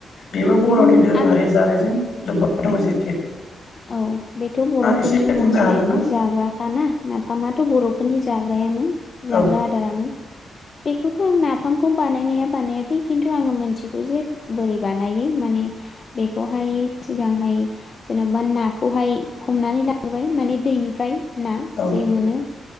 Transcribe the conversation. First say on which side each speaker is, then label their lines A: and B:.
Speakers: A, on the left; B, on the left.
A: बेबो बर'नि
B: उम
A: दोरोङारि
B: आंथ'
A: जानायजों लोबबा दङजे।
B: औ। औ बेथ' बर'फोरनि
A: एसे
B: मोनसे
A: बुंनो हागोन ना
B: जाग्राखाना नाफामा थ' बर'फोरनि जाग्रायानो जाग्रा
A: औ
B: आदारानो बेखौथ' आं नाफामखौ बानायनाया बानायाखै खिन्थु आङो मोनथिगौ जे बोरै बानायो माने बेखौहाय सिगांहाय जेनोबा नाखौहाय हमनानै लाबोबाय माने दैनिफ्राय ना
A: औ
B: जे मोनो।